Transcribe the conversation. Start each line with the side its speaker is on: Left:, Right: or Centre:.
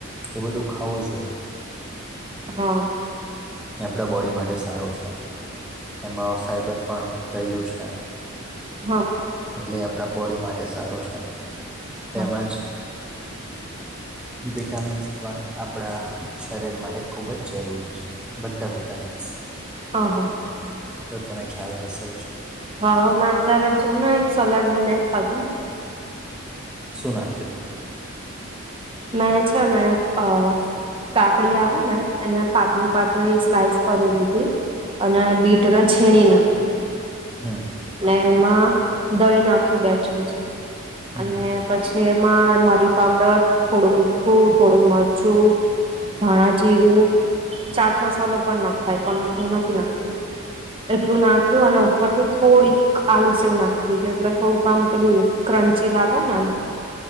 Centre: એ બધું ખાવું જોઈએ.
Right: હા.
Centre: આપણા બોડી માટે સારું છે એમાં ફાઈબર પણ રહેલું છે.
Right: હા.
Centre: એટલે આપડા બોડી માટે સારું છે તેમજ
Right: હા
Centre: વિટામિન્સ પણ આપડા શરીર માટે ખૂબ જ જરૂરી છે. બધા વિટામિન્સ.
Right: હા હા
Centre: તો તનને ખ્યાલ હશે જ.
Right: હા મે અત્યારે જ જોને એક સલાડ બનાઈને ખાધું.
Centre: શું નાખિયું તું?
Right: મેં છે ને અ કાકડી આવે ને એને પાતળી-પાતળી સ્લાઈસ કરી લીધી અને બીટને છીણીને. <inaudible>
Centre: હમ્મ.
Right: એમાં દહી નાખ્યું બે ચમચી.
Centre: હમ
Right: અને પછી એક મારી પાવડર થોડું મીઠું થોડું મરચું ધણાજીીરું ચાટ મસાલો પણ નાખાય પણ હું નથી નાખતું એટલું નાખ્યું અને ઉપરથી થોડીક આલુ સેવ નાખી દીધી એટલે થોડુંક આામ પેલું ક્રંચી લાગે ને એ